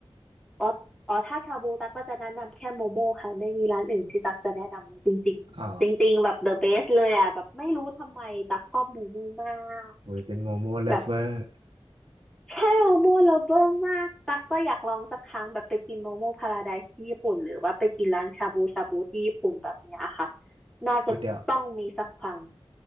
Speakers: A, in the centre; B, on the right.
A: อ๋ออ๋อถ้าชาบูตั๊กก็จะแนะนำแค่โมโม่ค่ะไม่มีร้านอื่นที่ตั๊กจะแนะนำเลยจริงๆจริงๆแบบ
B: อ๋อ
A: the best เลยอ่ะแบบไม่รู้ทำไมตั๊กชอบโมโม่มาก
B: โอ้ยเป็นโมโมเลิฟเวอร์
A: แบบ ใช่โมโม่ลเวอร์มากตักก็อยากลองสักครั้งแบบไปกินโมโมพาราไดซ์ที่ญี่ปุ่นหรือว่าไปกินร้านชาบูชาบูที่ญี่ปุ่นแบบเนี้ยค่ะน่าจะต้องมีสักครั้ง
B: โอ้ยเดี๋ยว